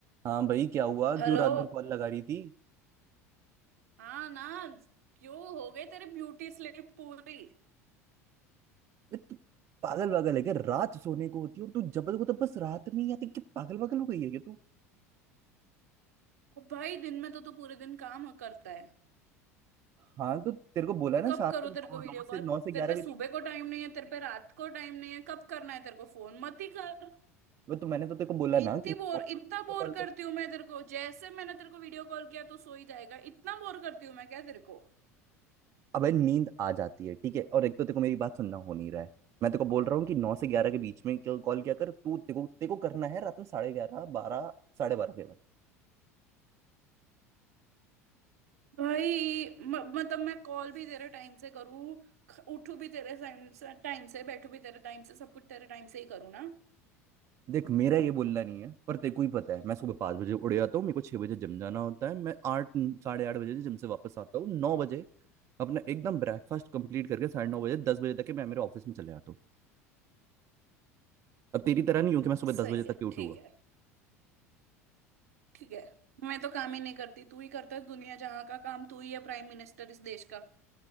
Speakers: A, on the right; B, on the right.
A: हाँ भाई क्या हुआ
B: Hello
A: क्यों रात भर कॉल लगा रही थी
B: हाँ ना क्यों हो गए तेरे ब्यूटी स्लीप पूरी
A: बे, तू पागल पागल है क्या रात सोने को होती है और तू जबल को तो बस रात में ही आती क्या पागल पागल हो गई है क्या तू
B: अब भाई दिन में तो तू पूरे दिन काम करता है
A: हाँ तो तेरे को बोला ना
B: कब
A: शाम
B: करो
A: को नौ
B: तेरे को वीडियो
A: नौ
B: कॉल
A: से नौ से ग्यारह
B: तेरे पे
A: के
B: सुबह
A: बीच
B: को टाइम नहीं है तेरे पे रात को टाइम नहीं है कब करना है तेरे को फोन मत ही कर
A: बे, तो मैंने तो तेरे को बोला ना
B: इतनी
A: कि नौ
B: बोर
A: को
B: इतना बोर
A: कॉल
B: करती
A: कर
B: हूँ मैं तेरे को जैसे मैंने तेरे को वीडियो कॉल किया तो सो ही जाएगा इतना बोर करती हूँ मैं क्या तेरे को
A: अबे नींद आ जाती है ठीक है और एक तो तेरे को मेरी बात सुनना हो नहीं रहा है मैं तेरे को बोल रहा हूँ कि नौ से ग्यारह के बीच में क्यों कॉल किया कर तू तेरे को तेरे को करना है रात में साढ़े ग्यारह बारह साढ़े बारह के बाद
B: भाई म, मतलब मैं कॉल भी तेरे टाइम से करूँ ख- उठू भी तेरे टाइम से टाइम से बैठू भी तेरे टाइम से सब कुछ तेरे टाइम से ही करूँ ना
A: देख मेरा ये बोलना नहीं है पर तेको ही पता है मैं सुबह पाँच बजे उड़ जाता हूँ मेरे को छह बजे जिम जाना होता है मैं आठ साढ़े आठ बजे जिम से वापस आता हूँ नौ बजे अपना एकदम ब्रेकफास्ट कंप्लीट करके साढ़े नौ बजे दस बजे तक के मैं मेरे ऑफिस में चले जाता हूँ अब तेरी तरह नहीं हूँ कि मैं सुबह
B: सही
A: दस बजे तक
B: है
A: ही उठूंगा
B: ठीक है ठीक है मैं तो काम ही नहीं करती तू ही करता है दुनिया जहां का काम तू ही है प्राइम मिनिस्टर इस देश का